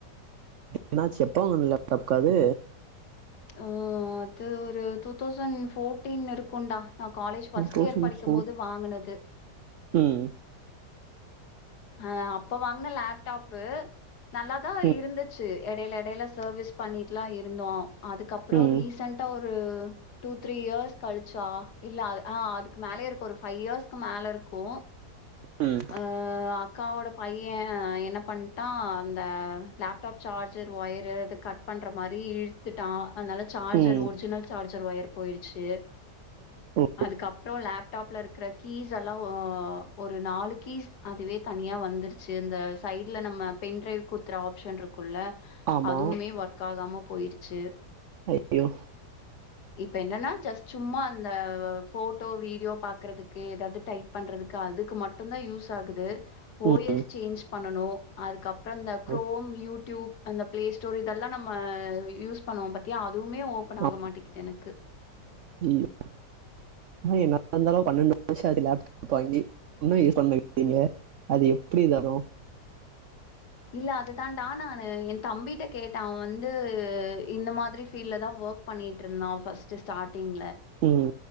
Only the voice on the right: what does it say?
ஏனா செப்போ உள்ள லேப்டாப்காது
டூ தௌசண்ட்
ஃபோர்
ம்
ம்
ம்
ம்
ம்
ஓ
ஆமா
அய்யோ
ம்
ம்
ஆமா
<unintelligible> ஆ என்ன இருந்தாலு பன்னெண்டு வர்ஷொ ஆது லேப்டாப் வாங்கி இன்னொ யூஸ் <inaudible> அது எப்டி வரு
ம்